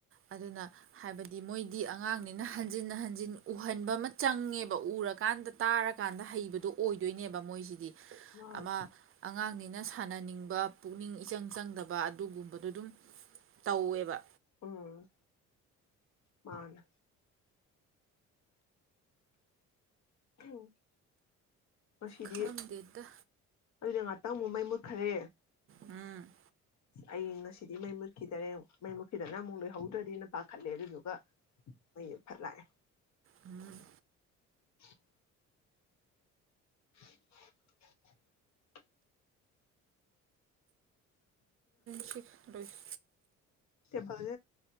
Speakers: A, on the right; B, on the left.
A: ꯑꯗꯨꯅ ꯍꯥꯏꯕꯗꯤ ꯃꯣꯏꯗꯤ ꯑꯉꯥꯡꯅꯤꯅ ꯍꯟꯖꯤꯟꯅ ꯍꯟꯖꯤꯟ ꯎꯍꯟꯕ ꯑꯃ ꯆꯪꯉꯦꯕ ꯎꯔꯒ ꯀꯥꯟꯗ ꯇꯥꯔꯀꯥꯟꯗ ꯍꯩꯕꯗꯣ ꯑꯣꯏꯗ ꯗꯣꯏꯅꯦꯕ ꯃꯣꯏꯁꯤꯗꯤ
B: ꯃꯥꯅꯦ
A: ꯑꯃ ꯑꯉꯥꯡꯅꯤꯅ ꯁꯥꯟꯅꯅꯤꯡꯕ ꯄꯨꯛꯅꯤꯡ ꯏꯆꯪ ꯆꯪꯗꯕ ꯑꯗꯨꯒꯨꯝꯕ ꯑꯗꯨ ꯑꯗꯨꯝ ꯀꯑꯕ
B: ꯎꯝ ꯃꯥꯅꯦ ꯊꯧ ꯉꯁꯤꯗꯤ
A: ꯈꯪꯗꯦꯗ
B: ꯑꯗꯨꯗ ꯉꯥꯛꯇꯪ ꯑꯃꯨꯛ ꯃꯩ ꯃꯨꯠ ꯍꯥꯏ
A: ꯎꯝ
B: ꯑꯩ ꯉꯁꯤꯗꯤ ꯃꯩ ꯃꯨꯠꯈꯤꯗꯔꯦꯨ ꯃꯩ ꯃꯨꯠꯈꯤꯗꯅ ꯑꯃꯨꯛ ꯂꯣꯏꯍꯧꯗ꯭ꯔꯗꯤꯦꯅ ꯄꯥꯈꯠꯂꯦ ꯑꯗꯨꯣ ꯑꯩ ꯐꯠ ꯂꯥꯛꯑꯦ
A: ꯎꯝ
B: <unintelligible> <unintelligible>
A: ꯁꯤ ꯔꯣꯏꯁ
B: ꯇꯦꯄꯜ